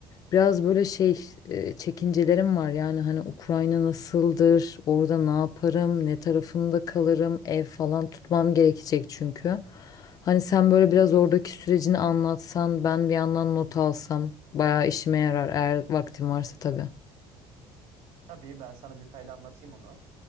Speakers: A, on the left; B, on the right.
A: Biraz böyle şey e, çekincelerim var yani hani Ukrayna nasıldır, orada ne yaparım, ne tarafında kalırım, ev falan tutmam gerekecek çünkü. Hani sen böyle biraz oradaki sürecini anlatsan, ben bir yandan not alsam bayağı işime yarar eğer vaktim varsa tabii.
B: Tabii ben sana detaylı anlatayım onu.